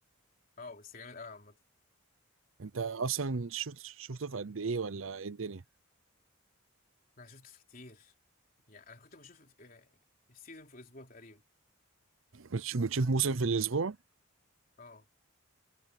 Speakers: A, on the left; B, on the right.
A: اه بس جامد أوي عامة
B: أنت أصلا شفت شفته في قد إيه ولا إيه الدنيا
A: أنا شفته في كتير يعني أنا كنت بشوف في- آه، السيزون في أسبوع تقريبا
B: بتشوف, بتشوف موسم في الأسبوع
A: اه